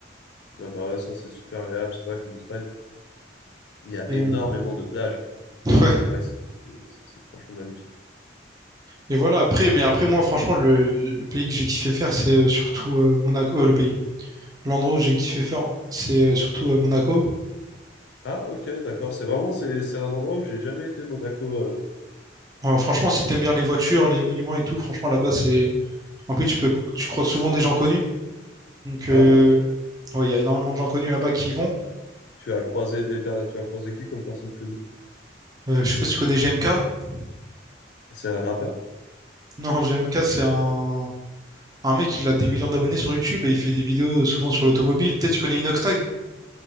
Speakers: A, on the left; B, on the right.
A: Ah bah ouais, ça c'est super agréable. C'est vrai qu'en Espagne, il y a
B: Et,
A: énormément
B: euh,
A: de plages.
B: ouais.
A: Et c'est vrai que c'est c'est- c'est- c'est franchement magnifique.
B: Et voilà, après, mais après, moi, franchement, le, le pays que j'ai kiffé faire, c'est euh, surtout euh, Monaco, euh, le pays. L'endroit où j'ai kiffé faire, c'est euh, surtout euh, Monaco.
A: Ah ok, d'accord. C'est vraiment c'est c'est un endroit où j'ai jamais été, Monaco. euh.
B: Euh, franchement, si t'aimes bien les voitures, les monuments et tout, franchement, là-bas, c'est. En plus, tu peux, tu croises souvent des gens connus. Donc,
A: Ah
B: euh,
A: bon?
B: ouais, il y a énormément de gens connus là-bas qui y vont.
A: Tu as croisé des per- tu as croisé qui comme personne connue?
B: Euh, je sais pas si tu connais GMK. <laughs>
A: C'est un rappeur?
B: Non, GMK, c'est un... un mec, il a des millions d'abonnés sur YouTube et il fait des vidéos euh, souvent sur l'automobile. Peut-être que tu connais Inoxtag?